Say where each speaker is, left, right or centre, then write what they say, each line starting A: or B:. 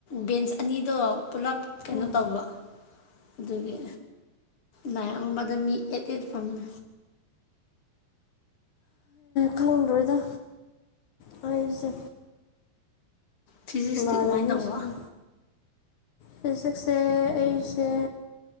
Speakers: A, on the left (about 30°); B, on the left (about 70°).
A: ꯕꯦꯟꯁ ꯑꯅꯤꯗꯣ ꯄꯨꯂꯞ ꯀꯩꯅꯣ
B: ꯎꯝ
A: ꯇꯧꯕ ꯑꯗꯨꯒꯤ ꯂꯥꯏ ꯑꯃꯗ ꯃꯤ ꯑꯦꯠ ꯑꯦꯠꯐꯝꯝꯃꯦ
B: ꯈꯪꯗꯣꯏꯗ ꯍꯥꯏꯨꯁꯦ
A: ꯐꯤꯖꯤꯛꯁꯇꯤ
B: ꯃꯥꯗꯕꯤꯁꯅ
A: ꯀꯃꯥꯏꯅ ꯇꯧꯕ
B: ꯍꯧꯖꯤꯛꯁꯦ ꯑꯩꯁꯦ